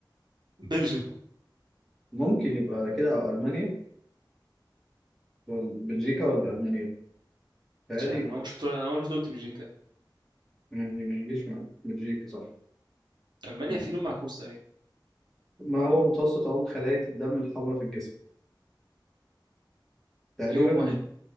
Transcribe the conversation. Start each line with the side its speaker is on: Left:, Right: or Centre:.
Right: بلجيوم
Centre: ممكن يبقى كده او المانيا ولا بلجيكا ولا المانيا تقريبا
Right: مش عارف انا ما شفت انا ما شفت قلت بلجيكا
Centre: يعني ما يجيش معايا بلجيكا صح
Right: المانيا
Centre: مم.
Right: في لون معكوس تقريبا
Centre: ما هو متوسط عمر خلايا الدم الحمراء في الجسم تقريبا
Right: يوم واحد